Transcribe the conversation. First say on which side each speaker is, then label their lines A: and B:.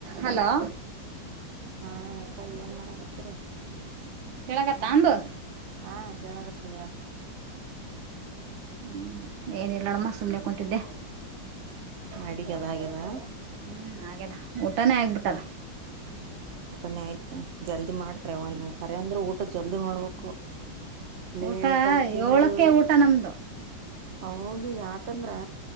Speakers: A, on the right; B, on the right.
A: Hello.
B: ಹಾ ಅಕ್ಕ ಏನ್ ಮಾಡಕತ್ತರಿ.
A: ಕೆೇಳಕ ತಾಂಬು.
B: ಹಾ ಕೇಳಗತ್ಯಾದ ಹೇಳ್.
A: ಹ್ಮ್ ಏನಿಲ್ಲ ನೋಡಮ್ಮ ಸುಮ್ನೆ ಕುಂತಿದ್ದೆ.
B: ಅಡಿಗೆದ ಹಾಗ್ಯದಾ.
A: ಹ್ಮ್ ಹಾಗ್ಯದ ಊಟಾನೇ ಆಗ್ ಬಿಟ್ಟದ.
B: ಊಟನೇ ಆಯ್ತು ಜಲ್ದಿ ಮಾಡ್ತ್ರಿವ್ವ ನೀವು ಕರೆವಂದ್ರ ಅಂದ್ರೆ ಊಟ ಜಲ್ದಿ ಮಾಡ್ಬೇಕು. ಲೇಟ್
A: ಊಟ
B: ಆಗಿ ತಿಂದು.
A: ಏಳಕ್ಕೆ ಊಟ ನಮ್ದು
B: ಹೌದು ಯಾಕಂದ್ರೆ